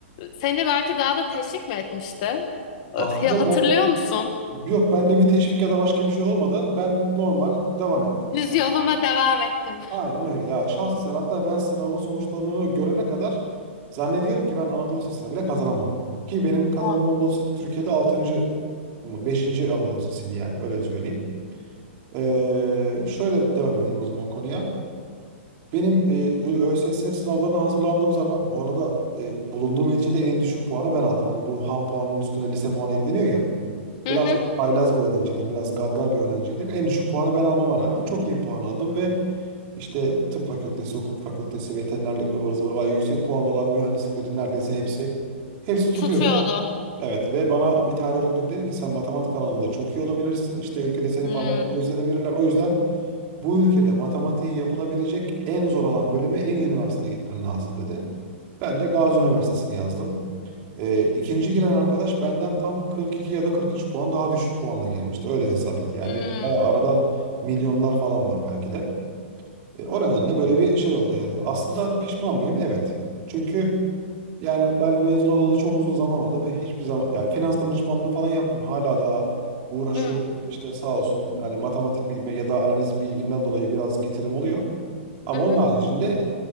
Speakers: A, on the left; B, on the right.
A: seni belki daha da teşvik mi etmişti?
B: aslında
A: Ee, Hatırlıyor
B: ben
A: musun?
B: yok bende bir teşvik ya da başka bir şey olmadı ben normal devam ettim
A: Düz
B: aslında.
A: yoluma devam ettim.
B: Aynen öyle ya. Şans eseri hatta ben sınavın sonuçlarını görene kadar zannediyorum ki ben Anadolu Lisesi'ne bile kazanamam. Ki benim kazandığım
A: Aa.
B: Anadolu Lisesi Türkiye'de 6. mı, 5. Anadolu Lisesi'ydi yani öyle söyleyeyim. Ee, şöyle devam edeyim o zaman konuya. Benim e, ÖSS sınavlarına hazırlandığım zaman bu arada e, bulunduğum ilçede en düşük puanı ben aldım. Hani bu ham puanının üstüne lise puanı ekleniyor ya. Biraz
A: Hı hı.
B: haylaz bir öğrenciydim. Biraz gaddar bir öğrenciydim. En düşük puanı ben almama rağmen çok iyi puan aldım ve işte tıp fakültesi, hukuk fakültesi, veterinerlik ıvır zıvır var. Yüksek puanlı olan mühendisliklerin neredeyse hepsi hepsi tutuyordu.
A: Tutuyordu.
B: Evet ve bana bir tarih öğretmenim dedi ki sen matematik alanında çok iyi olabilirsin. İşte ülkede seni
A: Hmm.
B: parmakla gösterebilirler. O yüzden bu ülkede matematiği yapılabilecek en zor olan bölüme en iyi üniversitede gitmen lazım dedi. Ben de Gazi Üniversitesi'ni yazdım. E, ikinci giren arkadaş benden tam 42 ya da 43 puan daha düşük puanla girmişti. Öyle hesap et. Yani
A: Hmm.
B: bayağı arada milyonlar falan var belki de. E, o nedenle böyle bir şey oldu yani. Aslında pişman mıyım? Evet. Çünkü yani ben mezun olalı çok uzun zaman oldu ve hiçbir zaman ya finans danışmanlığı falan yaptım. Hala daha uğraşıyorum.
A: Hmm.
B: İşte sağ olsun yani matematik bilme ya da analiz bilgimden dolayı biraz getirim oluyor. Ama
A: Hı
B: onun
A: hı.
B: haricinde